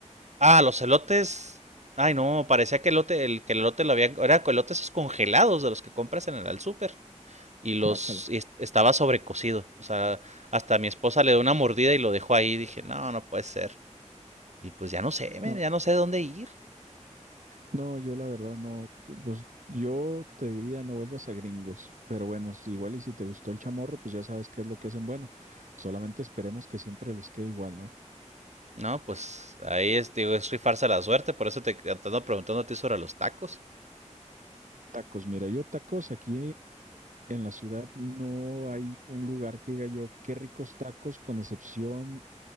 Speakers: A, on the right; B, on the right.
A: ah, los elotes, ay no, parecía que elote, el, que el elote lo había, era con elotes esos congelados de los que compras en el al súper y los
B: guácala.
A: y est- estaba sobrecocido. O sea, hasta mi esposa le dio una mordida y lo dejó ahí. Dije, no, no puede ser. Y pues ya no sé, men,
B: No,
A: ya no sé dónde ir.
B: No, yo la verdad no, pues yo te diría no vuelvas a gringos, pero bueno, si- igual y si te gustó el chamorro, pues ya sabes qué es lo que hacen bueno. Solamente esperemos que siempre les quede igual, ¿no?
A: No, pues ahí es, digo, es rifarse la suerte. Por eso te te ando preguntando a ti sobre los tacos.
B: Tacos, mira, yo tacos aquí en la ciudad no hay un lugar que diga yo qué ricos tacos, con excepción